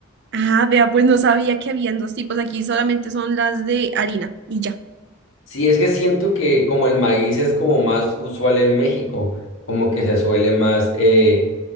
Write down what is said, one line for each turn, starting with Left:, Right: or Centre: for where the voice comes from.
Right: Ah, vea, pues no sabía que habían dos tipos. Aquí solamente son las de harina y ya.
Left: Sí, es que siento que como el maíz es como más usual en México, como que se suele más eh,